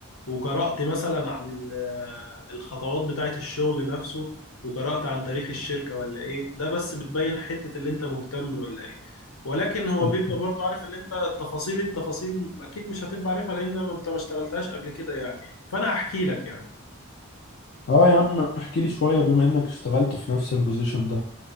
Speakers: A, on the left; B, on the left.
A: وقرأت مثلا عن ال- آه، الخطوات بتاعة الشغل نفسه وقرأت عن تاريخ الشركة ولا ايه ده بس بتبين حتة اللي انت مهتم ولا ايه ولكن هو
B: طب
A: بيبقى برضه عارف اللي انت التفاصيل التفاصيل اكيد مش هتبقى عارفها لان انت ما اشتغلتهاش قبل كده يعني فانا هحكي لك يعني
B: اه يا عم احكي لي شوية بما انك اشتغلت في نفس البوزيشن ده